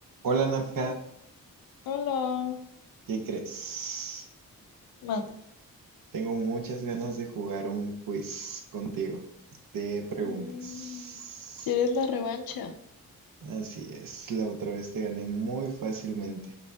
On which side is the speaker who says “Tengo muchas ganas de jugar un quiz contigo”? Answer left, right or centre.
Right